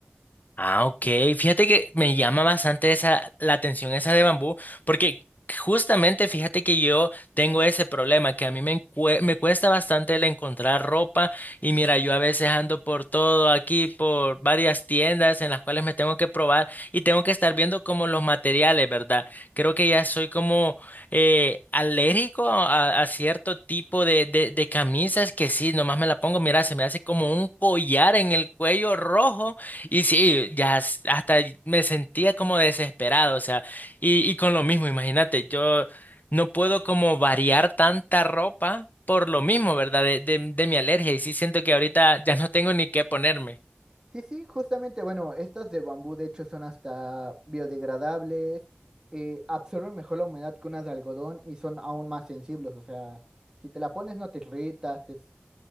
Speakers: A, on the left; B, on the right.
A: Ah, ok. Fíjate que me llama bastante esa, la atención esa de bambú, porque justamente fíjate que yo tengo ese problema, que a mí me, encue- me cuesta bastante el encontrar ropa y mira, yo a veces ando por todo aquí, por varias tiendas en las cuales me tengo que probar y tengo que estar viendo como los materiales, ¿verdad? Creo que ya soy como eh, alérgico a, a cierto tipo de, de, de camisas que sí, nomás me la pongo, mira, se me hace como un collar en el cuello rojo. Y sí, ya s- hasta me sentía como desesperado, o sea, y, y con lo mismo, imagínate, yo no puedo como variar tanta ropa por lo mismo, ¿verdad? De, de, de mi alergia, y sí siento que ahorita ya no tengo ni qué ponerme.
B: Sí, sí, justamente, bueno, estas de bambú de hecho son hasta biodegradables, eh, absorben mejor la humedad que unas de algodón y son aún más sensibles, o sea, si te la pones no te irritas, te s-